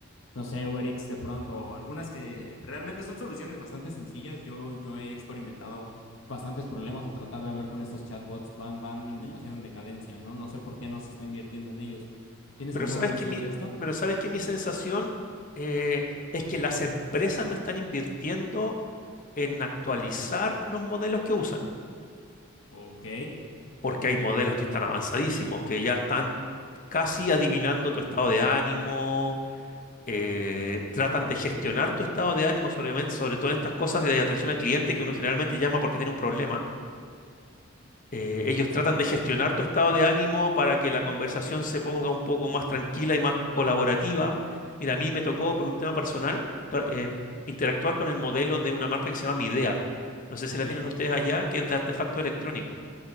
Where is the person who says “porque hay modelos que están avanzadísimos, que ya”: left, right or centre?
Left